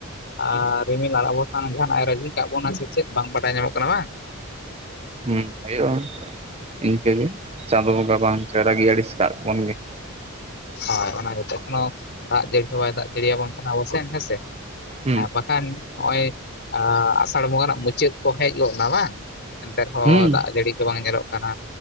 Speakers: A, on the left (about 55°); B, on the right (about 30°).
A: ᱟᱸ ᱨᱤᱢᱤᱞ ᱟᱵᱚ ᱥᱟᱱ ᱡᱟᱦᱟᱱᱟᱜ ᱮ ᱨᱟᱹᱜᱤ ᱠᱟᱜ ᱵᱚᱱᱟ ᱥᱮ ᱪᱮᱫ ᱵᱟᱝ ᱵᱟᱰᱟᱭ ᱧᱟᱢᱚᱜ ᱠᱟᱱᱟ ᱵᱟᱝ
B: ᱦᱩᱸ ᱦᱩᱭᱩᱜᱼᱟ ᱤᱱᱠᱟᱹ ᱜᱮ ᱪᱟᱸᱫᱚ ᱵᱚᱸᱜᱟ ᱵᱟᱝ ᱪᱚᱭ ᱨᱟ. ᱜᱤ ᱟᱹᱲᱤᱥ ᱠᱟᱜ ᱵᱚᱱᱜᱮ
A: ᱦᱳᱭ ᱚᱱᱟ ᱜᱮᱛᱚ ᱠᱚᱱᱳ ᱫᱟᱜ ᱡᱟᱹᱲᱤ ᱵᱟᱭ ᱫᱟᱜ ᱡᱟᱹᱲᱤ ᱭᱟᱵᱚᱱ ᱠᱟᱱᱟ ᱟᱵ ᱥᱮᱱ ᱦᱮᱸ ᱥᱮ,
B: ᱦᱩᱸ
A: ᱦᱮᱸ ᱵᱟᱠᱷᱟᱱ ᱱᱚᱜᱼᱚᱭ ᱟᱥᱟᱲ ᱵᱚᱸᱜᱟ ᱨᱮᱱᱟᱜ ᱢᱩᱪᱟᱹᱫ ᱠᱚ ᱦᱮᱡ ᱜᱚᱫ ᱱᱟ ᱵᱟᱝ? ᱮᱱᱛᱮ ᱨᱮᱦᱚᱸ
B: ᱦᱩᱸ
A: ᱫᱟᱜ ᱡᱟᱹᱲᱤ ᱜᱮ ᱵᱟᱝ ᱧᱮᱞᱚᱜ ᱠᱟᱱᱟ